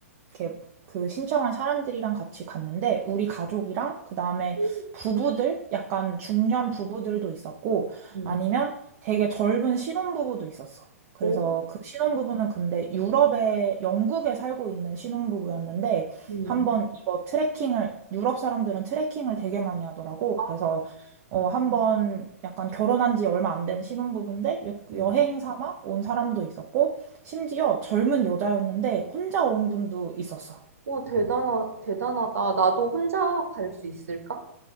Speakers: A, on the right; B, on the right.
A: 이렇게 그 신청한 사람들이랑 같이 갔는데 우리 가족이랑 그다음에
B: 음.
A: 부부들 약간 중년 부부들도 있었고
B: 음.
A: 아니면 되게 젊은 신혼부부도 있었어. 그래서
B: 오,
A: 그 신혼부부는 근데 유럽에 영국에 살고 있는 신혼부부였는데
B: 음.
A: 한번 이거 트레킹을 유럽 사람들은 트레킹을 되게 많이 하더라고.
B: 아,
A: 그래서 어 한번 약간 결혼한 지 얼마 안 된 신혼부부인데 여,
B: 음.
A: 여행 삼아 온 사람도 있었고 심지어 젊은 여자였는데 혼자 온 분도 있었어.
B: 오, 대단하, 대단하다. 나도 혼자 갈 수 있을까?